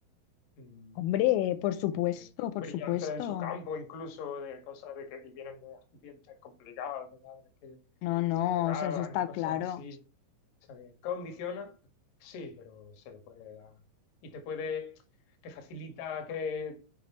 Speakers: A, on the left; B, on the left.
A: mm,
B: Hombre,
A: yo qué sé,
B: por
A: muy
B: supuesto, por
A: brillantes
B: supuesto.
A: en su campo, incluso de cosas de que y vienen de ambientes complicados, de padres que
B: No, no,
A: se drogaban,
B: o sea, eso está
A: y cosas
B: claro.
A: así. O sea, que condiciona, sí, pero se le puede dar. Y te puede, que facilita que